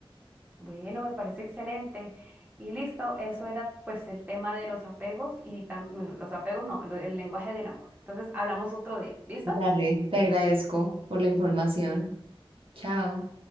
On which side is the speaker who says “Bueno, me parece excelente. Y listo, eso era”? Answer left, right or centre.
Right